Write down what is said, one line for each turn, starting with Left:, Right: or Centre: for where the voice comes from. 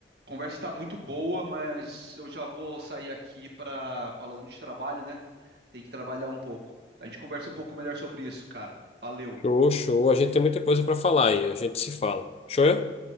Right: a conversa tá muito boa, mas eu já vou sair aqui para falando de trabalho, né? Tem que trabalhar um pouco. A gente conversa um pouco melhor sobre isso, cara. Valeu.
Left: Show, show. A gente tem muita coisa para falar aí, a gente se fala. Show? é?